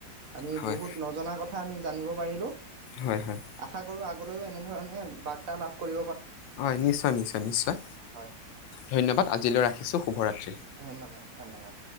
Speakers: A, on the right; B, on the left.
A: আমি
B: হয়
A: বহুত নজনা কথা আমি জানিব পাৰিলোঁ।
B: হয় হয়
A: আশা কৰো আগলৈও এনেধৰণে বাৰ্তা লাভ কৰি।
B: হয় নিশ্চয় নিশ্চয় নিশ্চয়
A: হয় হয়
B: ধন্যবাদ। আজিলৈ ৰাখিছো শুভৰাতি
A: ধন্যবাদ ধন্যবাদ